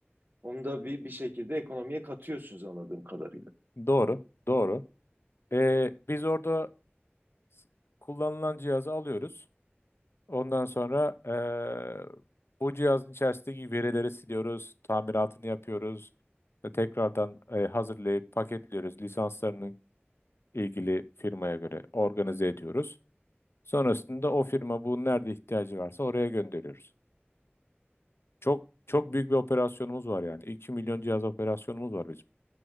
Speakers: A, on the right; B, on the left.
A: onu da bir, bir şekilde ekonomiye katıyorsunuz anladığım kadarıyla.
B: Doğru. Doğru. E, biz orada s- kullanılan cihazı alıyoruz. Ondan sonra e, bu cihazın içerisindeki verileri siliyoruz, tamiratını yapıyoruz. ve Tekrardan e, hazırlayıp paketliyoruz. Lisanslarını ilgili firmaya göre organize ediyoruz. Sonrasında o firma bu nerede ihtiyacı varsa oraya gönderiyoruz. Çok çok büyük bir operasyonumuz var yani. 2 milyon cihaz operasyonumuz var bizim.